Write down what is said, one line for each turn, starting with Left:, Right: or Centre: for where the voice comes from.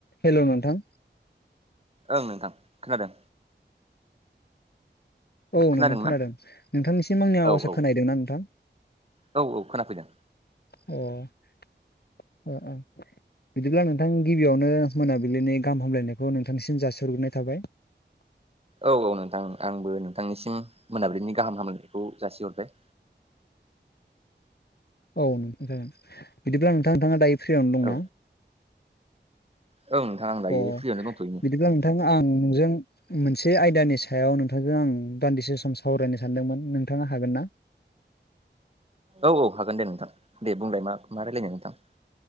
Left: हेल' नोंथां।
Right: ओं नोंथां खोनोनादों।
Left: औ
Right: खोनादोंना
Left: नोंथां खोनादों नोंथांनिसिम आंनि आवाजा
Right: औ औ
Left: खोनायैदों ना नोंथां?
Right: औ औ खोनाफैदों
Left: अ-अ -अ। बिदिब्ला नोंथां गिबियावनो मोनाबिलिनि गाहाम हामलायनायखौ नोंथांनिसिम जासिहरग्रोनाय थाबाय।
Right: औ-औ नोंथां आंबो नोंथांनिसिम मोनाबिलिनि गाहाम हामलायखौ जासिहरबाय।
Left: औ नोंथां जागोन बिदिब्ला नोंथाङा-नोंथाङा दायो फ्रियावनो दं
Right: औ
Left: ना?
Right: औ नोंथां। दायो
Left: अ
Right: फ्रियावनो दंथ'योमोन
Left: बिदिब्ला नोंथां आं नोंजों मोनसे आयदानि सायाव नोंथांजों आं दान्दिसे सम सावरायनो सानदोंमोन नोंथाङा हागोन ना?
Right: औ-औ हागोन दे नोंथां दे बुंलाय मा-मा रायजलायनो नोंथां?